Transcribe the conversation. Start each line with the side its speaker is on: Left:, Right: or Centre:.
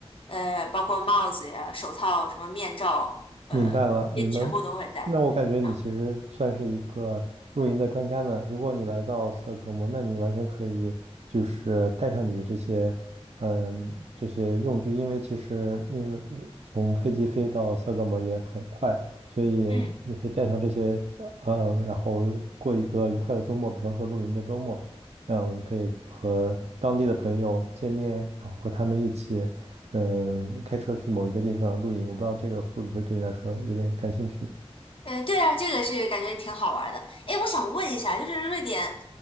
Left: 呃，包括帽子呀、手套、什么面罩，
Right: 明白了，
Left: 呃，也全部都会戴然后，
Right: 明白。那我感觉你其实算是一个露营的专家呢。如果你来到斯德哥尔摩，那你完全可以就是带上你的这些，嗯，这些用具，因为其实因为呃从飞机飞到斯德哥尔摩也很快，所以你可以带上这些，
Left: 嗯，
Right: 呃，然后过一个愉快的周末，比方说露营的周末，嗯，你可以和当地的朋友见面，然后和他们一起。嗯、开车去某一个地方露营，我不知道这个会不会对你来说有点感兴趣。
Left: 呃，对啊，这个是感觉挺好玩儿的。哎，我想问一下，就是瑞典，